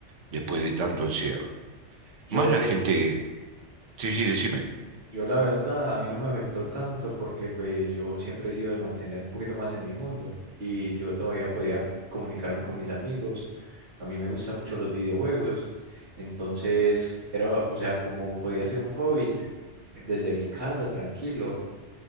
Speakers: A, on the right; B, on the right.
A: después de tanto encierro.
B: Yo,
A: Más la gente. Sí, sí, decime.
B: Yo la verdad, a mí no me afectó tanto porque pues yo siempre he sido de mantener un poquito más en mi mundo y yo todavía podía comunicarme con mis amigos. A mí me gustan mucho los videojuegos, entonces era, o sea, como podía ser un hobbit desde mi casa, tranquilo,